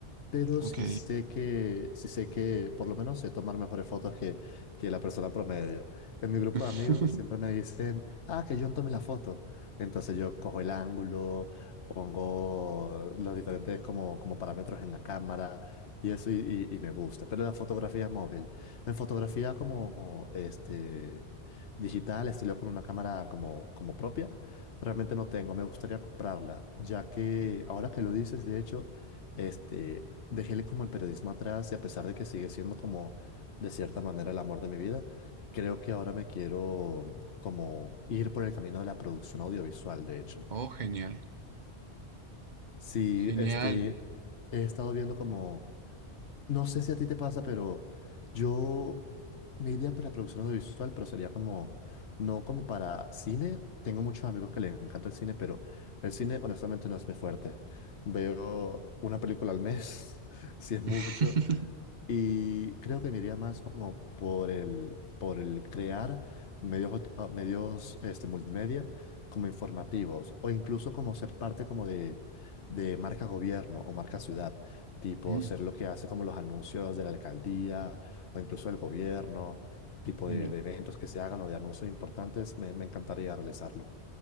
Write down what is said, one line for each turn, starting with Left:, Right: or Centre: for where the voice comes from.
Left: pero
Right: Ok.
Left: sí sé que, sí sé que por lo menos sé tomar mejores fotos que, que la persona promedio. En mi grupo
Right: <laughs>
Left: de amigos siempre me dicen, ah, que yo tome la foto. Entonces yo cojo el ángulo, pongo los diferentes como, como parámetros en la cámara y eso y, y- y me gusta. Pero la fotografía móvil, en fotografía como este... digital, estilo con una cámara como, como propia, realmente no tengo, me gustaría comprarla, ya que ahora que lo dices, de hecho, este, dejé como el periodismo atrás y a pesar de que sigue siendo como de cierta manera el amor de mi vida, creo que ahora me quiero como ir por el camino de la producción audiovisual, de hecho.
Right: Oh, genial,
Left: Sí,
Right: genial.
Left: este, he estado viendo como, no sé si a ti te pasa, pero yo me iría para producción audiovisual, pero sería como, no como para cine. Tengo muchos amigos que les encanta el cine, pero el cine honestamente no es mi fuerte. Veo una película al mes, <laughs> si es mucho.
Right: <laughs>
Left: Y creo que me iría más como por el, por el crear medios, aut- ah, medios este, multimedia como informativos o incluso como ser parte como de, de marca gobierno o marca ciudad, tipo
Right: Mm,
Left: ser lo que hace como los anuncios de la alcaldía o incluso el gobierno, tipo
Right: genial.
Left: de, de eventos que se hagan o de anuncios importantes, me, me encantaría realizarlo.